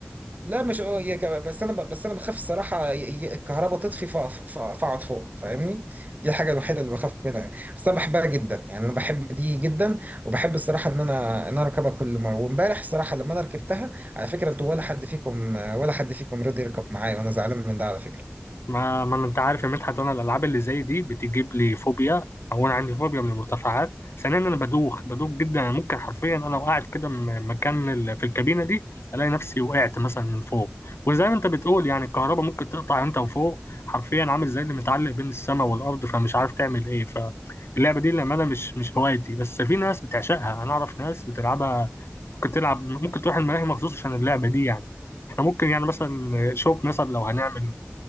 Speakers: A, on the right (about 40°); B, on the left (about 75°).
A: لا مش اه هي كمان بس انا ب- بس انا بخاف الصراحه ي- ي- الكهرباء تطفي ف- ف- فاقعد فوق فاهمني دي الحاجه الوحيده اللي بخاف منها يعني. بس انا بحبها جدا يعني انا بحب دي جدا وبحب الصراحه ان انا ان انا اركبها كل مره وامبارح الصراحه لما انا ركبتها على فكره انتوا ولا حد فيكم ولا حد فيكم رضي يركب معايا وانا زعلان من ده على فكره
B: ما ما انت عارف يا مدحت انا الالعاب اللي زي دي بتجيب لي فوبيا او انا عندي فوبيا من المرتفعات ثانيا انا بدوخ بدوخ جدا أنا ممكن حرفيا انا وقعت كده من مكان ال- في الكابينه دي الاقي نفسي وقعت مثلا من فوق وزي ما انت بتقول يعني الكهرباء ممكن تقطع انت وفوق حرفيا عامل زي اللي متعلق بين السماء والارض فمش عارف تعمل ايه فاللعبه دي لما انا مش مش هوايتي بس في ناس بتعشقها انا اعرف ناس بتلعبها ممكن تلعب ممكن تروح الملاهي مخصوص عشان اللعبه دي يعني احنا ممكن يعني مثلا شوف مثلا لو هنعمل